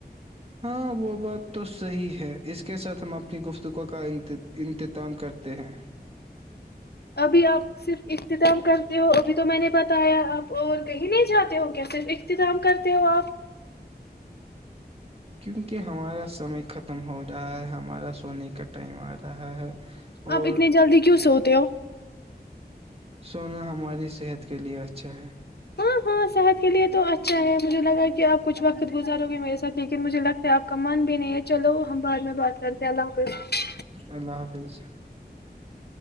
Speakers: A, on the right; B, on the left.
A: ہاں وہ بات تو صحیح ہے اس کے ساتھ ہم اپنی گفتگو کا انتتام کرتے ہیں
B: ابھی آپ صرف اختتام کرتے ہو ابھی تو میں نے بتایا آپ اور کہیں نہیں جاتے ہو کیا صرف اختظام کرتے ہو آپ
A: کیک کہ ہمارا سمے ختم ہو رہا ہے ہمارا سونے کا ٹائم آ رہا ہے اور
B: آپ اتنی جلدی کیوں سوتے ہو
A: سونا ہماری صحت کے لیے اچھا ہے
B: ہاں ہاں صحت کے لیے تو اچھا ہے مجھے لگا کہ آپ کچھ وقت گزارو گے میرے ساتھ لیکن مجھے لگتا ہے آپ کا من بھی نہیں ہے چلو ہم بع میں بات کرتے ہیں اللہ حافظ
A: اللہ حافظ